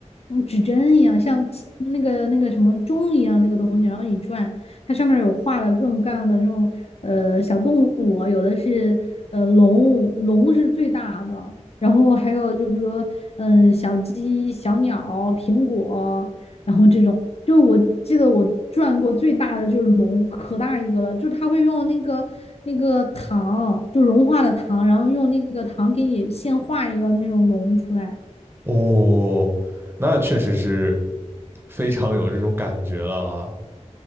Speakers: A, on the left; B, on the right.
A: 嗯指针一样，像起那个那个什么钟一样那个东西，然后你转，它上面有画了各种各样的那种呃小动物，有的是呃龙，龙是最大的。然后还有就比如说，嗯，小鸡、小鸟、苹果，然后这种，就是我记得我转过最大的就是龙，可大一个了，就是它会用那个那个糖，就融化的糖，然后用那个糖给你现画一个那种龙出来。
B: 哦，那确实是非常有这种感觉了啊。